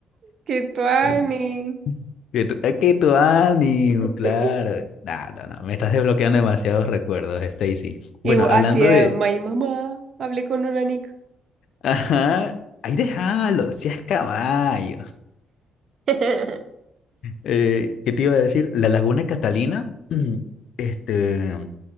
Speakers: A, on the right (about 55°); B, on the left (about 70°).
A: qué tuani.
B: El- Que tu, es que tu ánimo,
A: <laughs>
B: claro. No, no, no, me estás desbloqueando demasiados recuerdos, Stacy.
A: Y
B: Bueno,
A: bu- así,
B: hablando
A: eh,
B: de...
A: my mamá, hablé con una nica.
B: Ajá, ahí déjalo, seas caballo.
A: <laughs>
B: Eh, ¿qué te iba a decir? La Laguna Catalina, <clears throat> este,